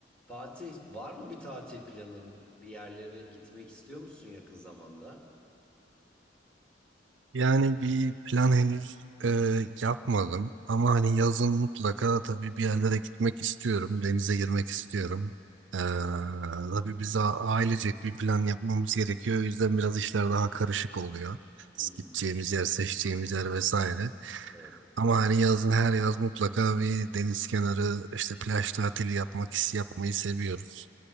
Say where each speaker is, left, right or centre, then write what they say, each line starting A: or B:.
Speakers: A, in the centre; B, on the right (about 80°).
A: Fatih, var mı bir tatil planın? Bir yerlere gitmek istiyor musun yakın zamanda?
B: Yani bir plan henüz e, yapmadım ama hani yazın mutlaka tabii bir yerlere gitmek istiyorum, denize girmek istiyorum. E, tabii biz a- ailecek bir plan yapmamız gerekiyor. O yüzden biraz işler daha karışık oluyor.
A: Hmm,
B: Gideceğimiz yer, seçeceğimiz yer vesaire.
A: evet.
B: Ama hani yazın her yaz mutlaka bir deniz kenarı işte plaj tatili yapmak yapmayı seviyoruz.